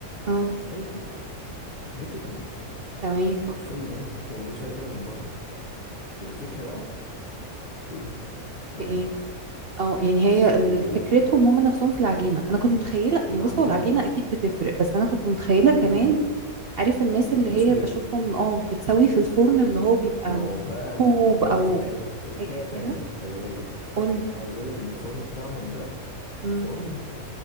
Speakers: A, on the right; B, on the left.
A: اه
B: قال لي خد جبت اتنين
A: تمام
B: حرفيا هو مفيش فرق بينه وبين بره الفكره بقى في ايه في العجينه
A: في ايه اه يعني هي ال-
B: و-
A: فكرتهم هم نفسهم في العجينة انا كنت متخيلة يعني
B: والعجينه
A: بص هو العجينة
B: و-
A: اكيد بتفرق بس انا كنت متخيلة
B: جدا
A: كمان عارف الناس
B: في التسويه
A: اللي هي بشوفهم اه بتسوي في الفرن اللي هو بيبقى
B: ما هو بقى
A: طوب
B: دي
A: او
B: افتكارات تركايه
A: حاجة
B: تانيه
A: كده
B: خلي بالك
A: قولي
B: عايز اقول لك ان الفرن بتاعهم ده
A: إمم.
B: فرن